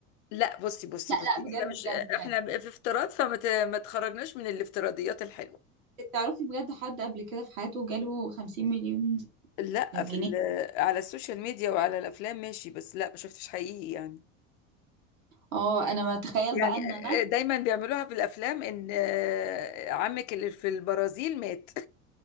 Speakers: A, on the left; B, on the right.
A: لا بصي بصي
B: لا
A: بصي
B: لا بجد
A: احنا مش
B: بجد بجد
A: احنا ب- في افتراض فما ت- ما تخرجناش من الافتراضيات الحلوه
B: تعرفي بجد حد قبل كده في حياته جاله 50 مليون
A: لا
B: جنيه
A: في ال- على السوشيال ميديا وعلى الافلام ماشي بس لا ما شفتش حقيقي يعني
B: اه انا ما اتخيل
A: يعني
B: بقى ان انا
A: دايما بيعملوها في الافلام ان آه، عمك اللي في البرازيل مات